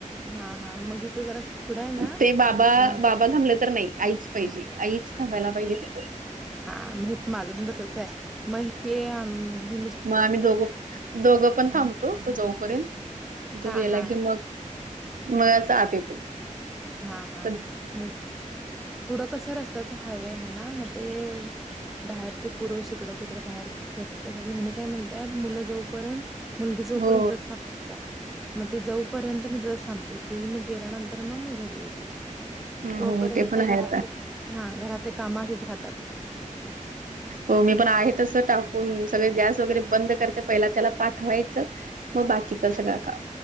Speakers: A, in the centre; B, on the right.
A: हा हा मग इथं जरा असं पुढं आहे ना
B: ते बाबा
A: हम्म
B: बाबा थांबले तर नाही आईचं, पाहिजे आईचं थांबायला पाहिजे तिथं.
A: हा मग माझं पण तसंचे मग हे ही
B: मग आम्ही दोघं दोघं पण थांबतो तो जाऊपर्यंत, तो
A: हा
B: गेला
A: हा
B: की मग मगच आत येतो.
A: हा हा
B: तर
A: मग पुढं कसं रस्त्याचं हायवे आहे ना मग ते बाहेरचे पुरुष इकडं तिकडं बाहेर फिरत मग हिने काय म्हणतात मुलं जाऊपर्यंत मुलगी जोपर्यंतच
B: हो
A: थांबत जा. मग ती जाऊपर्यंत मी तिथंच थांबते, ती मग गेल्यानंतर मग मी घरी येते.
B: हो
A: तोपर्यंत
B: हो ते पण आहे
A: घरातली
B: आता
A: हा घरातले काम असेच राहतात.
B: हो मी पण आहे तसं टाकून सगळे गॅस वगैरे बंद करते पहिला त्याला पाठवायचं, मग बाकीच सगळं <unintelligible> का